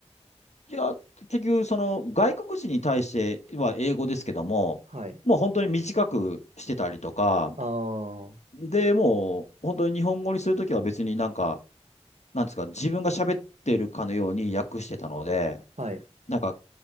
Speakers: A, on the left (about 80°); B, on the right (about 80°).
A: い。いや、結局、その、外国人に対しては英語ですけども、
B: はい。
A: もう本当に短くしてたりとか、
B: ああ、は
A: で、もう、本当に日本語にするときは別になんか、なんですか、自分が喋ってるかのように訳してたので、
B: い、
A: なんか、